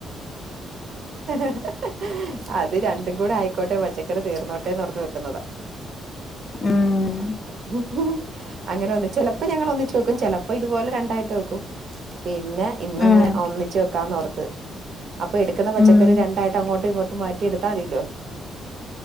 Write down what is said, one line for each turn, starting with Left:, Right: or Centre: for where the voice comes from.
Right: <inaudible> അത് രണ്ടും കൂടെ ആയിക്കോട്ടെ പച്ചക്കറി തീർന്നോട്ടെന്നോർത്ത് വെക്കുന്നതാ
Left: ഉം
Right: <inaudible> അങ്ങനെ ഒന്നിചിലപ്പോ ഞങ്ങൾ ഒന്നിച്ച് വെക്കും ചിലപ്പോ ഇതുപോലെ രണ്ടായിട്ട് വെക്കും പിന്നെ ഇന്നങ്ങ
Left: ഉം
Right: ഒന്നിച്ച് വെക്കാന്നോർത്ത് അപ്പൊ എടുക്കുന്ന പച്ചക്കറി
Left: ഉം
Right: രണ്ടായിട്ടും അങ്ങോട്ടും ഇങ്ങോട്ടും മാറ്റി എടുത്താൽ മതില്ലോ